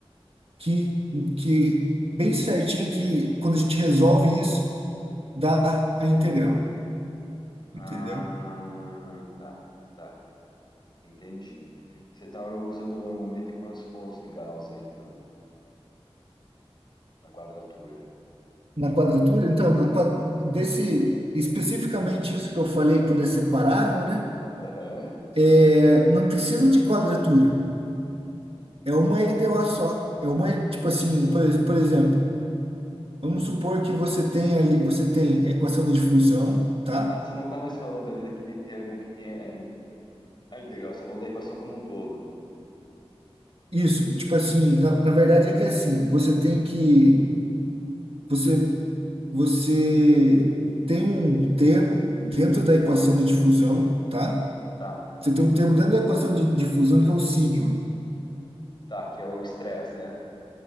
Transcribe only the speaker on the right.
que, que bem certinha que quando a gente resolve isso, dá a integral,
entendeu?
Na quadratura, então, na, qua- desse especificamente isso que eu falei quando é separável, né?
É, não precisa de quadratura. É uma EDO só. É uma, tipo assim, por, ex- por exemplo, vamos supor que você tem ali, você tem a equação da difusão, tá?
Isso, tipo assim, na, na verdade é que é assim, você tem que, você, você tem um termo dentro da equação
de difusão, tá?
Você tem um termo dentro da equação de difusão que é o sigma,